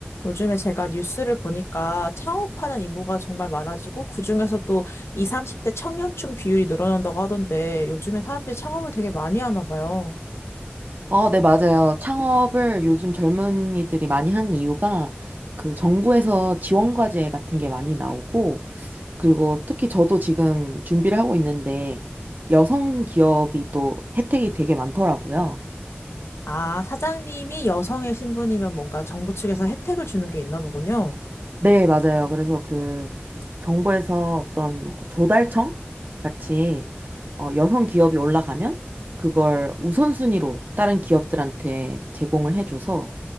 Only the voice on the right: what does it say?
어, 네, 맞아요. 창업을 요즘 젊은이들이 많이 하는 이유가 그 정부에서 지원 과제 같은 게 많이 나오고 그리고 특히 저도 지금 준비를 하고 있는데 여성 기업이 또 혜택이 되게 많더라고요.
네, 맞아요. 그래서 그 정부에서 어떤 뭐 조달청 같이 어, 여성 기업이 올라가면 그걸 우선순위로 다른 기업들한테 제공을 해줘서